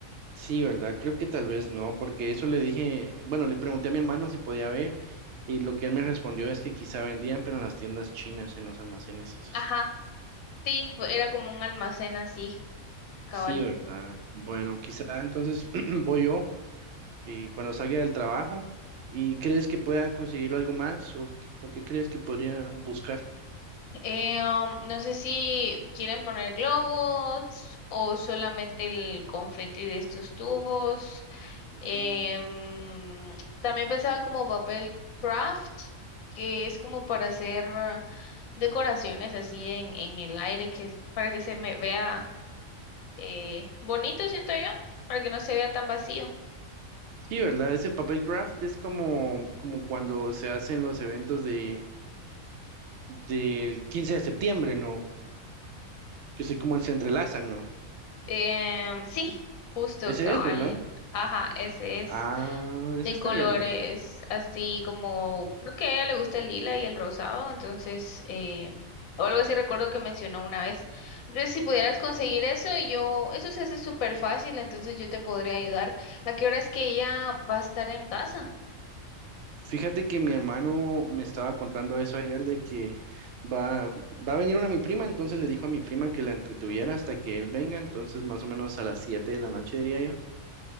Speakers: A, on the right (about 65°); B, on the left (about 80°).
A: Sí, ¿verdad? Creo que tal vez no, porque eso le dije, bueno, le pregunté a mi hermano si podía ver y lo que él me respondió es que quizá vendían, pero en las tiendas chinas, en los almacenes esos.
B: Ajá, sí, era como un almacén así Cabal.
A: Sí, ¿verdad? Bueno, quizá entonces <clears throat> voy yo y cuando salga del trabajo y crees que pueda conseguir algo más o, qué- o qué crees que podría buscar.
B: Eh, um, no sé si quieren poner globos o solamente el confeti de estos tubos.
A: Mm.
B: Em, también pensaba como papel craft, que es como para hacer decoraciones así en, en el aire, que es para que se me vea eh, bonito, siento yo, para que no se vea tan vacío.
A: Sí, ¿verdad? Ese papel craft es como, como cuando se hacen los eventos de, del 15 de septiembre, ¿no? Que sé cómo se entrelazan, ¿no?
B: Em, sí, justo,
A: Ese
B: cabal.
A: es, ¿verdad?
B: Ajá, ese es.
A: Ah, ese
B: de
A: estaría
B: colores
A: bien.
B: así como, creo que a ella le gusta el lila y el rosado, entonces, eh, o algo así recuerdo que mencionó una vez. Entonces, si pudieras conseguir eso, yo, eso se hace súper fácil, entonces yo te podría ayudar. ¿A qué hora es que ella va a estar en casa?
A: Fíjate que mi hermano me estaba contando eso ayer de que va, va a venir una mi prima, entonces le dijo a mi prima que la entretuviera hasta que él venga, entonces más o menos a las 7 de la noche diría yo,